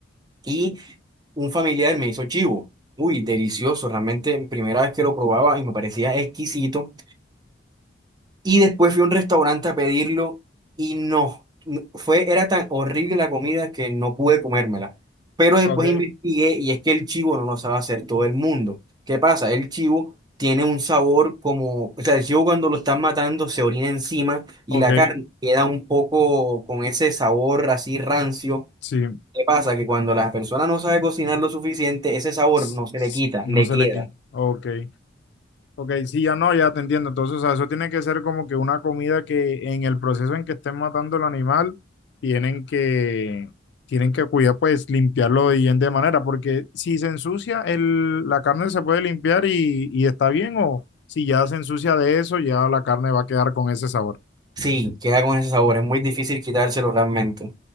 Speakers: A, on the right; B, on the left.
A: y un familiar me hizo chivo. Uy, delicioso, realmente primera vez que lo probaba y me parecía exquisito. Y después fui a un restaurante a pedirlo y no, no- fue, era tan horrible la comida que no pude comérmela. Pero después
B: Ok.
A: investigué y es que el chivo no lo sabe hacer todo el mundo. ¿Qué pasa? El chivo tiene un sabor como, o sea, el chivo cuando lo están matando se orina encima y
B: Ok,
A: la carne queda un poco con ese sabor así rancio.
B: sí,
A: ¿Qué pasa? Que cuando la persona no sabe cocinar lo suficiente, ese sabor
B: s-
A: no se
B: s-
A: le quita,
B: no
A: le
B: sé
A: queda.
B: le quién. Ok. Ok, sí, ya no, ya te entiendo. Entonces, o sea, eso tiene que ser como que una comida que en el proceso en que estén matando el animal, tienen que, tienen que cuidar, pues, limpiarlo de bien de manera, porque si se ensucia, el, la carne se puede limpiar y, y está bien, o si ya se ensucia de eso, ya la carne va a quedar con ese sabor.
A: Sí, queda con ese sabor, es muy difícil quitárselo realmente.